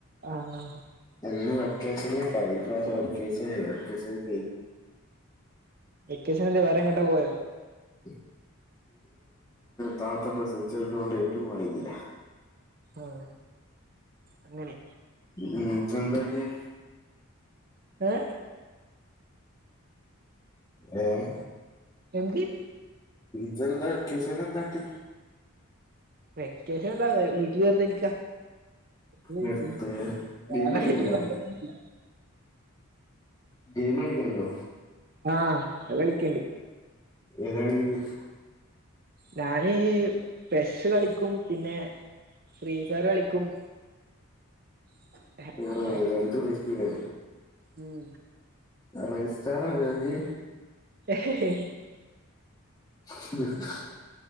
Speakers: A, on the right; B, on the left.
A: ആഹ്
B: എന്നും വെക്കേഷൻ ഉണ്ടാവും ഇപ്രാവശ്യം വെക്കേഷൻ ഇല്ല വെക്കേഷൻ <inaudible>
A: വെക്കേഷൻ എന്ത വേറെ എങ്ങോട്ട് പോയോ
B: <unintelligible> താത്ത പ്രസവിച്ച്ക്കിടക്കണോണ്ട്‌ എങ്ങട്ടും പോയിരുന്നില്ല
A: ആഹ് അങ്ങനെ
B: ഉം <unintelligible>
A: ഏ
B: ഏഹ്
A: എന്തിയെ
B: ഇജ്ജെന്താ വെക്കേഷൻലെന്തക്കി?
A: വെക്കേഷൻ എന്താ വീട്ടില് വെർതെയിരിക്യാ വേറെ
B: നിർത്ത് ഗെയിം കളിക്കണ്ടോ
A: <unintelligible> വരൊന്നില്ല
B: ഗെയിമ് കളിക്കണ്ണ്ടോ
A: ആഹ് അത് കളിക്ക്ണ്ട്‌
B: ഏതാ <unintelligible>
A: ഞാന് പെസ്സ് കളിക്കും പിന്നെ ഫ്രീ ഫയറ് കളിക്കും <unintelligible>
B: ആ
A: അങ്ങനെയൊക്കെ
B: രണ്ടും കളിക്കുലേ
A: ഉം
B: രജിസ്റ്റാറാ <unintelligible>
A: ഹേ ഹേ
B: <inaudible>